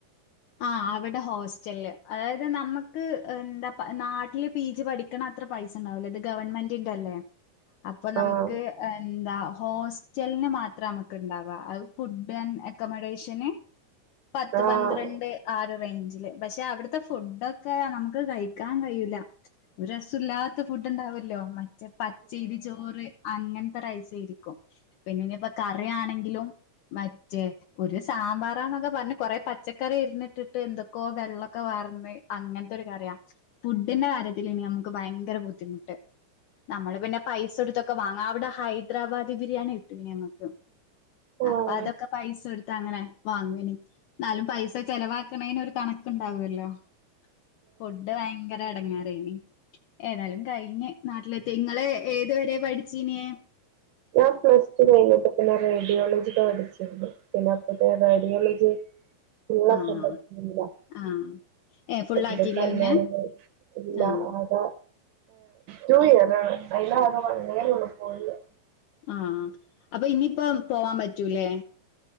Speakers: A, on the left; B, on the right.
A: ആ അവിടെ ഹോസ്റ്റല് അതായത് നമ്മുക്ക് എന്താ നാട്ടില് പി ജി പഠിക്കണ അത്ര പൈസ ഉണ്ടാവൂല. ഇത് ഗവൺമെന്റിന്റെല്ലേ. അപ്പൊ നമുക്ക്
B: ആഹ്
A: എന്താ ഹോസ്റ്റലിന് മാത്രനമുക്കുണ്ടവുക. അത് ഫുഡ് ആൻഡ് അക്കോമഡേഷന് പത്ത്
B: ആഹ്
A: പന്ത്രണ്ട് ആ ഒരു റേഞ്ചില് പക്ഷെ അവിടുത്തെ ഫുഡൊക്കെ നമുക്ക് കഴിക്കാൻ കഴിയൂല ഒരു രസല്ലാത്ത ഫുഡ് ഉണ്ടാവല്ലോ മ പച്ചരി ചോറ് അങ്ങനെ രിക്കും പിന്നെ ഇനിപ്പോ കറി ആണെങ്കിലും മറ്റേ ഒരു സാമ്പാറാന്നൊക്കെ പറഞ്ഞ കൊറേ പച്ചക്ക റി ഇരുന്നിട്ടിട്ട് എന്തൊക്കോ വെള്ളൊക്കെ വാർന്ന് അങ്ങനത്തെ ഒരു കറിയാ. ഫുഡിന്റെ കാര്യത്തി ഇനി നമുക്ക് ഭയങ്കര ബുദ്ധിമുട്ട്. നമ്മള് പിന്നെ പൈസ എടുത്തൊക്കെ വാങ്ങാം. അവിടെ ഹൈദരാബാദ് ദി ബിരിയാണി കിട്ടു. ഇനി നമുക്ക്
B: ആഹ്
A: അപ്പൊ അതൊക്കെ പൈസ എടുത്ത് അങ്ങനെ വാങ്ങല്. നാലും പൈസ ചെലവാക്കണന് ഒരു കണക്കുണ്ടാവുല്ലോ. ഫുഡ് ഭയങ്കര എടങ്ങാറായിനി. ഏതാലും കഴിഞ്ഞ്. നാട്ടിലെത്തി ങ്ങള് ഏതു വരെ പഠിച്ചീനെ
B: ഞാൻ പ്ലസ് ടു കഴിഞ്ഞിട്ട് പിന്നെ റേഡിയോളജിക്ക് പഠിച്ചിരുന്നു. പിന്നെ അപ്പത്തെ റേഡിയോളജി <unintelligible>
A: ആഹ് ആഹ് ഏഹ് ഫുള്ളാക്കിയില്ല
B: അപത്തേക്ക് കല്യാണം
A: പിന്നെ
B: എല്ലാം
A: ആഹ്
B: ആക ടു ഇയർ ആണ് അല്ല അതെ അതില് ആകെ വൺ ഇയർ പോയുള്ളു
A: ആ അപ്പൊ ഇനിയിപ്പോ പോവാൻ പറ്റൂല്ലേ